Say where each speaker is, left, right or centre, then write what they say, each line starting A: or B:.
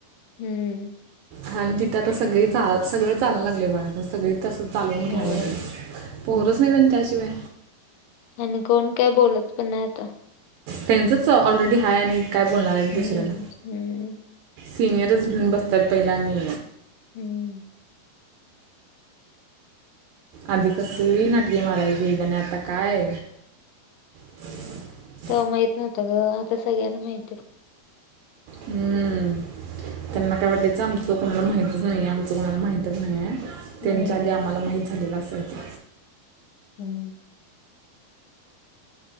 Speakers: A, on the left (about 85°); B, on the right (about 80°).
A: हम्म.
B: हा आणि तिथे आता सगळी चाला सगळं चालायला लागलय बघा आता सगळी तसं चालवून घ्याय
A: होय.
B: लागल्यात. पोरच
A: हम्म
B: नाहीत आणि त्याशिवाय.
A: आणि कोण काय बोलत पण नाही आता.
B: त्यांचच ऑलरेडी हाय आणि काय बोलणार हाईत
A: हम्म
B: दुसऱ्यांला.
A: हम्म.
B: सिनियरचं घेऊन बसत्यात पहिला आणि
A: हम्म.
B: आधी कसली नाटकी मारायची <unintelligible> आता काय? <inaudible>
A: तवा माहित नव्हतं ग, आता सगळ्यांना माहिती हाय.
B: हम्म, त्यांना
A: हम्म
B: काय वाटायचं आमचं कोणाला माहितच नाही आहे, आमचं कोणाला माहितच नाही आहे. त्यांच्या
A: हम्म
B: आधी आम्हाला माहित झालेलं असायचं.
A: हम्म.